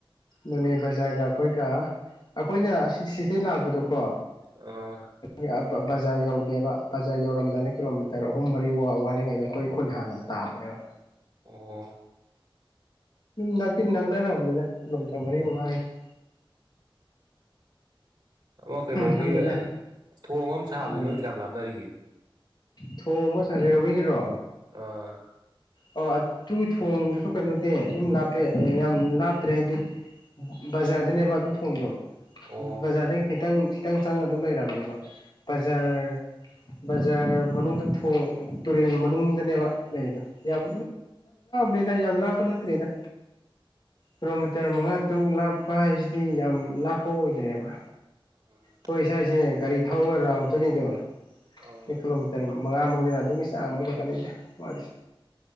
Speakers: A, on the left; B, on the right.
A: ꯅꯣꯅꯦ ꯕꯖꯥꯔꯒ ꯑꯩꯈꯣꯏꯒ ꯑꯩꯈꯣꯏꯅ ꯁꯤꯇꯩ ꯂꯥꯛꯄꯗꯣꯀꯣ
B: ꯑ
A: ꯀ ꯕꯖꯥꯔ ꯌꯧꯗꯦꯕ ꯕꯖꯥꯔ ꯌꯧꯔꯝꯗꯥꯏꯗ ꯀꯤꯂꯣꯃꯤꯇꯔ ꯑꯍꯨꯝ ꯃꯔꯤ ꯋꯥꯠꯂꯤꯉꯩꯗ ꯑꯩꯈꯣꯏ ꯈꯨꯟ ꯍꯥꯟꯅ ꯇꯥꯕꯅꯦꯕ
B: ꯑꯣ
A: ꯝ ꯄꯤ ꯅꯛꯅꯔꯕꯅꯤꯗ ꯂꯂꯣ ꯆꯝꯃꯔꯤ
B: ꯎꯝ
A: ꯃꯉꯥ ꯍꯥꯏꯁꯦ
B: ꯑꯃ ꯀꯩꯅꯣꯒꯤ
A: ꯈꯪꯗꯦꯗ
B: ꯊꯣꯡ ꯑꯃ ꯁꯥꯕꯅꯤ
A: ꯎꯝ
B: ꯅꯣꯏ ꯀꯌꯥꯝ ꯂꯥꯞꯅꯔꯤꯒꯦ
A: ꯊꯣꯡꯕ ꯔꯦꯜꯋꯦꯒꯤꯔꯣ
B: ꯑ
A: ꯑꯣ ꯑꯗꯨꯒꯤ ꯊꯣꯡꯗꯨꯁꯨ ꯀꯩꯅꯣꯗꯤ ꯑꯗꯨꯝ ꯂꯥꯞꯄꯦ ꯌꯥꯝ ꯂꯥꯞꯇ꯭ꯔꯦ ꯍꯥꯏꯗꯤ ꯕꯖꯥꯔꯗꯅꯦꯕ ꯑꯗꯨꯣ ꯊꯣꯡꯗꯣ
B: ꯑꯣ
A: ꯕꯖꯥꯔꯗꯒꯤ ꯈꯤꯇꯪ ꯈꯤꯇꯪ ꯆꯪꯉ ꯑꯗꯨꯝ ꯂꯩꯔꯝꯅꯦꯕ ꯕꯖꯥꯔ
B: ꯎꯝ
A: ꯕꯖꯥꯔ ꯃꯅꯨꯡꯗ ꯊꯣꯡ ꯇꯨꯔꯦꯟ ꯃꯅꯨꯡꯗꯅꯦꯕ ꯂꯩꯗꯣ ꯌꯥꯝ ꯂꯗ ꯌꯥꯝ ꯂꯥ ꯄꯅꯇꯗ ꯀꯤꯂꯣꯃꯤꯇꯔ ꯃꯉꯥ ꯇꯔꯨꯛ ꯂꯥꯞꯄ ꯍꯥꯏꯁꯤꯗꯤ ꯌꯥꯝ ꯂꯥꯞꯄ ꯑꯣꯏꯗ꯭ꯔꯦꯕ
B: ꯎꯝ
A: ꯍꯣꯏ ꯏꯁꯥ ꯏꯁꯦ ꯒꯥꯔꯤ ꯊꯧꯒꯔꯥꯎꯨ ꯆꯠꯂꯤꯗꯣ
B: ꯑꯥ
A: ꯅ ꯀꯤꯂꯣꯃꯤꯇꯔ ꯃꯉꯥꯃꯨꯛ ꯂꯩꯅ ꯑꯗꯨꯒꯤ ꯆꯥꯡ ꯑꯃꯨꯛ ꯋꯥꯛꯇꯅꯤꯗ ꯋꯥꯔꯤꯂꯤꯁꯦ